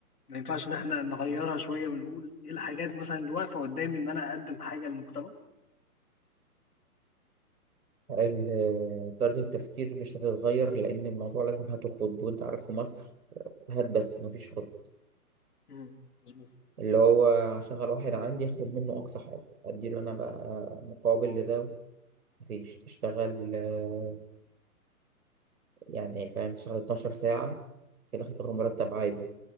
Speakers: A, on the left; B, on the right.
A: ما ينفعش إن إحنا نغيّرها شوية ونقول إيه الحاجات مثلًا اللي واقفة قدّامي إن أنا أقدّم حاجة للمجتمع؟
B: ال- طريقة التفكير مش هتتغير لأن الموضوع لازم هات وخد وأنت عارف في مصر هات بس مفيش خد
A: إمم، مضبوط،
B: اللي هو هشغل واحد عندي هاخد منه أقصى حاجة أديله أنا بقى مقابل لده مفيش تشتغل آه، يعني فاهم تشتغل 12 ساعة في الآخر تاخد مرتب عادي